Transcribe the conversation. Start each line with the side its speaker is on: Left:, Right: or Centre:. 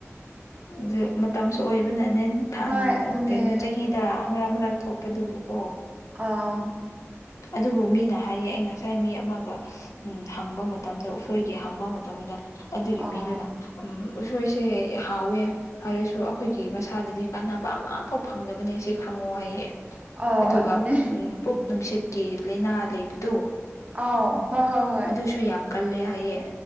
Left: ꯑꯗꯨ ꯃꯇꯝꯁꯨ ꯑꯣꯏꯕꯅꯅꯦ
Right: ꯍꯣꯏ ꯑꯗꯨꯅꯦ
Left: ꯀꯩꯅꯣ ꯆꯍꯤꯗ ꯃꯔꯛ ꯃꯔꯛ ꯊꯣꯛꯄꯗꯨꯕꯨꯀꯣ
Right: ꯑꯥ
Left: ꯑꯗꯨꯕꯨ ꯃꯤꯅ ꯍꯥꯏꯌꯦ ꯑꯩ ꯉꯁꯥꯏ ꯃꯤ ꯑꯃꯒ ꯎꯝ ꯍꯪꯕ ꯃꯇꯝꯗ ꯎꯁꯣꯏꯒꯤ ꯍꯪꯕ ꯃꯇꯝꯗ ꯑꯗꯨꯒꯤ
Right: ꯑꯥ
Left: ꯃꯤꯗꯨꯅ ꯎ ꯎꯁꯣꯏꯁꯦ ꯌꯥꯎꯋꯦ ꯍꯥꯏꯔꯁꯨ ꯑꯩꯈꯣꯏꯒꯤ ꯃꯁꯥꯗꯗꯤ ꯀꯥꯟꯅꯕ ꯑꯃꯐꯥꯎ ꯐꯪꯗꯕꯅꯦ ꯁꯤ ꯈꯪꯉꯣ ꯍꯥꯏꯌꯦ
Right: ꯑꯥꯎ
Left: ꯑꯗꯨꯒ
Right: ꯑꯗꯨꯅꯦ
Left: ꯄꯨꯛ ꯅꯨꯡꯁꯤꯠꯀꯤ ꯂꯥꯏꯅꯥ ꯂꯩꯕꯗꯨ
Right: ꯑ ꯍꯣꯏ ꯍꯣꯏ ꯍꯣꯏ
Left: ꯑꯗꯨꯁꯨ ꯌꯥꯝ ꯀꯜꯂꯦ ꯍꯥꯏꯌꯦ